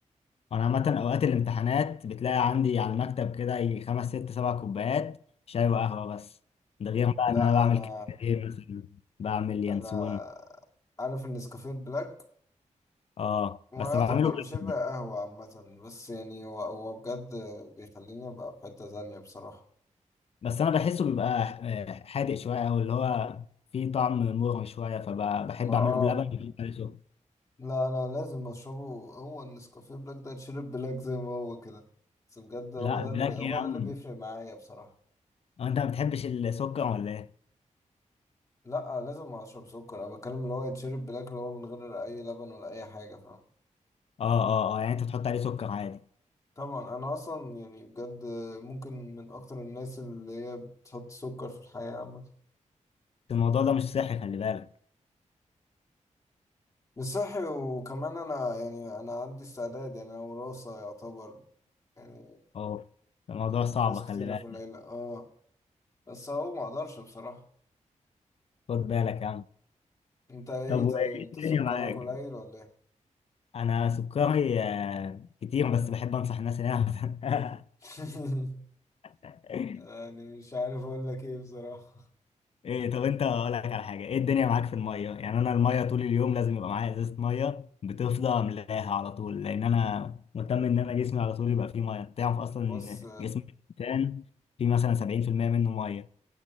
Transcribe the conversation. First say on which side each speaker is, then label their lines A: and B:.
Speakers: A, on the left; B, on the left.
A: أنا عامة أوقات الامتحانات بتلاقي عندي على المكتب كده يجي خمس ست سبع كوبايات شاي وقهوة بس ده غير بقى
B: لا
A: إن أنا بعمل
B: انا
A: كده إيه مثلا بعمل ينسون
B: انا عارف ان نسكافيه بلاك
A: أه
B: ويعتبر
A: بس بعمله بلبن.
B: شبه قهوة عامة بس يعني هو هو بجد بيخليني ابقى في حتة تانية بصراحة
A: بس انا بحسه بيبقى آه، حادق شويه او اللي هو فيه طعم مر شويه فبحب
B: ما اه
A: اعمله بلبن بيبقى له سكر
B: لا انا لازم اشربه هو النسكافيه بلاك ده يتشرب بلاك زي ما هو كده بس بجد هو
A: لا
B: ده
A: بلاك
B: اللي هو
A: ايه يا عم
B: ده اللي بيفرق معايا بصراحة
A: هو انت ما بتحبش السكر ولا ايه
B: لا لازم اشرب سكر انا بتكلم اللي هو يتشرب بلاك اللي هو من غير اي لبن ولا اي حاجة فاهم
A: اه اه اه يعني انت بتحط عليه سكر عادي
B: طبعا انا اصلا يعني بجد ممكن من اكتر الناس اللي هي بتحط سكر في الحياة عامة
A: الموضوع ده مش صحي خلي بالك
B: مش صحي وكمان انا يعني انا عندي استعداد يعني انا وراثة يعتبر يعني
A: اه الموضوع صعب
B: ناس
A: خلي
B: كتيرة
A: بالك
B: في العيلة اه بس اهو ما اقدرش بصراحة
A: خد بالك يا عم
B: انت ايه
A: طب وايه
B: طيب انت
A: الدنيا
B: سكرك
A: معاك
B: قليل ولا ايه
A: انا سكري آه، كتير بس بحب انصح الناس انها
B: <laughs>
A: <laughs>
B: يعني مش عارف اقول لك ايه بصراحة
A: ايه طب انت اقول لك على حاجه ايه الدنيا معاك في الميه يعني انا الميه طول اليوم لازم يبقى معايا ازازه ميه بتفضى املاها على طول لان انا مهتم ان انا جسمي على طول يبقى فيه ميه انت تعرف اصلا
B: بص
A: ان جسم الانسان فيه مثلا 70% منه ميه